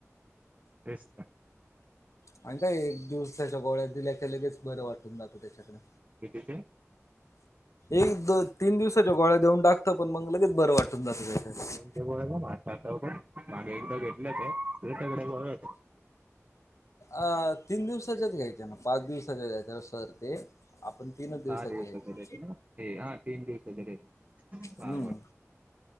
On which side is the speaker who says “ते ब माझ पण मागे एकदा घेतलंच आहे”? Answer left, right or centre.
Right